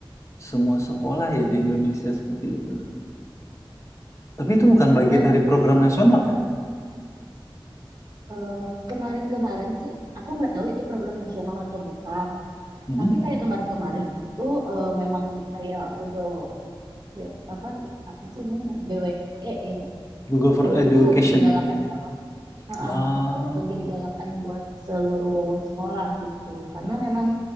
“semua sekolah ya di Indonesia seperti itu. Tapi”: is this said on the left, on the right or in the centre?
Left